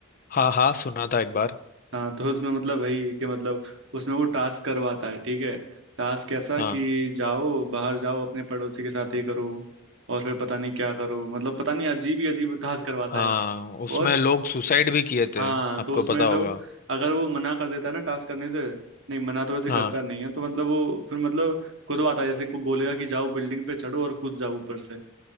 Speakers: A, on the left (about 40°); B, on the right (about 60°).
A: हाँ हाँ सुना था एक बार
B: हाँ तो उसमें मतलब वही कि मतलब उसमें वो टास्क करवाता है ठीक है टास्क कैसा
A: हाँ
B: कि जाओ बाहर जाओ अपने पड़ोसी के साथ ये करो और फिर पता नहीं क्या करो मतलब पता नहीं अजीब ही अजीब टास्क करवाता
A: हाँ
B: है
A: उसमें
B: और
A: लोग सुसाइड भी किए थे
B: हाँ
A: आपको
B: तो उसमें
A: पता होगा
B: लोग अगर वो मना कर देता है ना टास्क करने से नहीं मना तो वैसे
A: हाँ
B: करता नहीं है तो मतलब वो फिर मतलब खुदवाता है जैसे को बोलेगा कि जाओ बिल्डिंग पे चढ़ो और कूद जाओ ऊपर से